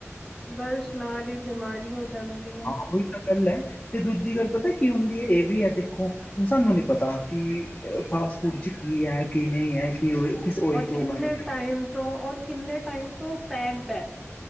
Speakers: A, in the centre; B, on the left.
A: ਬਸ ਨਾਲ ਹੀ ਬਿਮਾਰੀ ਹੋ ਜਾਂਦੀ। ਹੈ
B: ਹਾਂ ਉਹੀ ਤਾਂ ਗੱਲ ਹੈ, ਤੇ ਦੂਜੀ ਗੱਲ ਪਤਾ ਕੀ ਹੁੰਦੀ ਹੈ ਇਹ ਵੀ ਹੈ ਦੇਖੋ ਹੁਣ ਸਾਨੂੰ ਨੀ ਪਤਾ ਕਿ ਫਾਸਟ ਫੂਡ ਚ ਕੀ ਹੈ ਕੀ ਨਹੀਂ ਹੈ ਕਿ ਕਿਸ ਓਇਲ
A: ਔਰ
B: ਚ ਓ
A: ਕਿੰਨੇ
B: ਬਣਦਾ
A: ਟਾਈਮ ਤੋਂ ਔਰ ਕਿੰਨੇ ਟਾਈਮ ਤੋਂ ਉ ਪੈਕਡ ਹੈ।